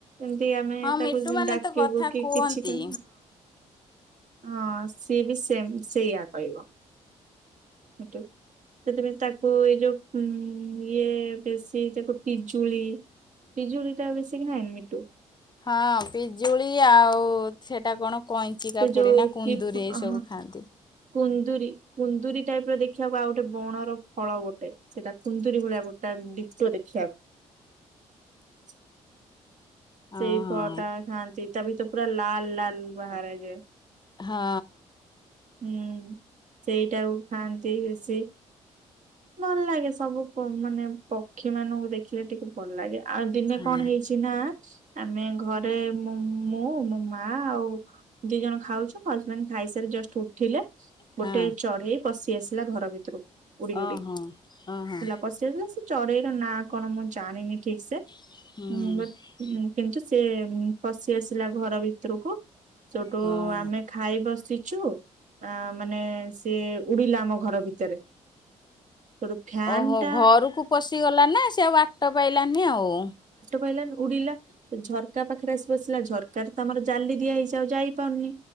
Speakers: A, on the right; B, on the left.
A: ଏମିତି ଆମେ
B: ହଁ
A: ତାକୁ
B: ମିଟୁ ମାନେ
A: ଡାକିବୁ
B: ତ କଥା
A: କି
B: କୁହନ୍ତି।
A: କିଛି ହଁ। ହଁ ସିଏ ବି ସେ ସେଇୟା କହିବ। ୁ ସେଥିପାଇଁ ତାକୁ ଏଇ ଯୋଉ ଉ ଇଏ ବେଶୀ ତାକୁ ପିଜୁଳି ପିଜୁଳି ଟା ବେଶୀ ଖାଏନି ମିଟୁ।
B: ହଁ ପିଜୁଳି ଆଉ ସେଟା କଣ? କଇଁଚି କାକୁଡି
A: ସେ ଯୋଉ
B: ନା କୁନ୍ଦୁରି
A: କି
B: ଏଇ ସବୁ
A: ହଁ
B: ଖାଆନ୍ତି।
A: କୁନ୍ଦୁରି କୁନ୍ଦୁରି ଟାଇପ ର ଦେଖିବାକୁ ଆଉ ଗୋଟେ ବଣର ଫଳ ଗୋଟେ ସେଇଟା କୁନ୍ଦୁରି ଭଳିଆ ଗୋଟେ ତା ଡିଟୋ ଦେଖିବାକୁ।
B: ହଁ
A: ସେଇ ଫଳ ଟା ଖାଆନ୍ତି ତା ଭିତ ପୁରା ଲାଲ ଲାଲ ବାହାରେ ଯେ
B: ହଁ
A: ହୁଁ। ସେଇଟାକୁ ଖାଆନ୍ତି ବେଶୀ। ଭଲ ଲାଗେ ସବୁ ମାନେ ପକ୍ଷୀ ମାନଙ୍କୁ ଦେଖିଲେ ଟିକେ ଭଲ ଲାଗେ। ଆଉ ଦିନେ
B: ହଁ
A: କଣ ହେଇଛି ନା ଆମେ ଘରେ ମୋ ମୁଁ, ମୋ ମା, ଆଉ ଦି ଜଣ ଖାଉଛୁ ହସବେଣ୍ଡ ଖାଇସାରି ଜଷ୍ଟ ଉଠିଲେ।
B: ହଁ
A: ଗୋଟେ
B: ହଁ
A: ଚଢେଇ ପଶି ଆସିଲା ଘର ଭିତରକୁ ଉଡି
B: ଓହୋ
A: ଉଡି।
B: ଓହୋ।
A: ହେଲା ପଶିଆସିଲା ସେ ଚରେଇର ନା କଣ ମୁଁ ଜାଣିନି ଠିକ ସେ
B: ହୁଁ।
A: ବଟ କିନ୍ତୁ ସେ ପଶି ଆସିଲା ଘର ଭିତରକୁ। ସେଠୁ
B: ହଁ।
A: ଆମେ ଖାଇ ବସିଛୁ ଆ ମାନେ ସିଏ ଉଡିଲା ଆମ ଘର ଭିତରେ। ସେଠୁ ଫ୍ୟାନ
B: ଓହୋ
A: ଟା
B: ଘରକୁ ପଶିଗଲା ନା ସେ ଆଉ ବାଟ ପାଇଲାନି ଆଉ।
A: କହିଲାନି ଉଡିଲା ସେ ଝରକା ପାଖରେ ଆସି ବସିଲା ଝରକା ତ ଆମର ଜାଲି ଦିଆ ହେଇଛି ଆଉ ଯାଇପାରୁନି